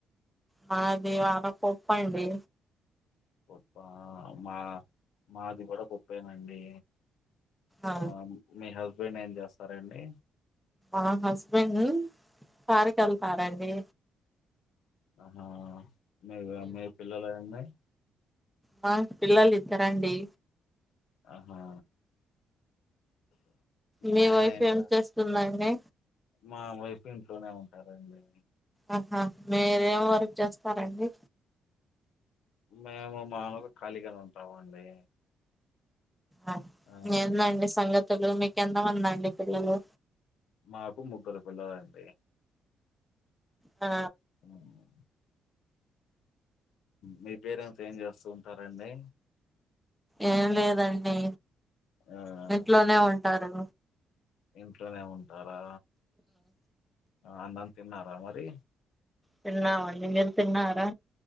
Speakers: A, in the centre; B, on the left.
A: మాది ఇవాళ పప్పు అండి.
B: పప్పా మా మాది కూడా పప్పేనండి.
A: ఆ
B: ఆహ్ మీ హస్బెండ్ ఏం చేస్తారండి.
A: ఆహ్ మా హస్బెండ్ కారుకి వెళ్తారండి.
B: ఆహా మీరు మీ పిల్లలు అన్నాయి.
A: మాకు పిల్లలు ఇద్దరండి.
B: ఆహా.
A: మీ
B: మ్యాన్
A: వైఫ్
B: అయింది
A: ఏం చేస్తుందండి.
B: మా వైఫ్ ఇంట్లోనే ఉంటారండి.
A: ఆహా మీరేం వర్క్ చేస్తారండి.
B: మేము మామూలుగా ఖాళీగానే ఉంటామండి.
A: ఆహ్
B: ఆ
A: ఎందండి సంగతులు మీకెంతమంది అండి పిల్లలు.
B: మాకు ముగ్గురు పిల్లలండి
A: ఆ
B: మ్మ్. మీ పేరెంట్స్ ఏం చేస్తూ ఉంటారండి
A: ఏం లేదండి
B: ఆ
A: ఇంట్లోనే ఉంటారు
B: ఇంట్లోనే ఉంటారా అన్నం తిన్నారా మరి
A: తిన్నామండి మీరు తిన్నారా